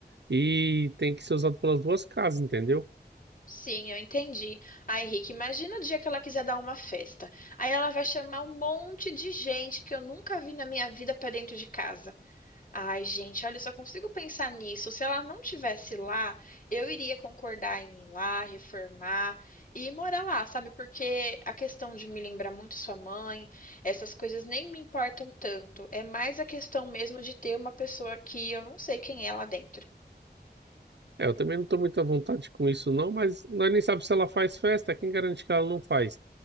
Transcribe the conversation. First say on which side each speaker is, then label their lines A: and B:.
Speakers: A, on the right (about 85°); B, on the left (about 50°).
A: e tem que ser usado pelas duas casas, entendeu?
B: Sim, eu entendi. Ai, Rick, imagina o dia que ela quiser dar uma festa. Aí ela vai chamar um monte de gente que eu nunca vi na minha vida pra dentro de casa. Ai, gente, olha, eu só consigo pensar nisso. Se ela não tivesse lá, eu iria concordar em ir lá, reformar e morar lá, sabe? Porque a questão de me lembrar muito sua mãe, essas coisas nem me importam tanto. É mais a questão mesmo de ter uma pessoa que eu não sei quem é lá dentro.
A: É, eu também não estou muito à vontade com isso, não, mas nós nem sabemos se ela faz festa, quem garante que ela não faz?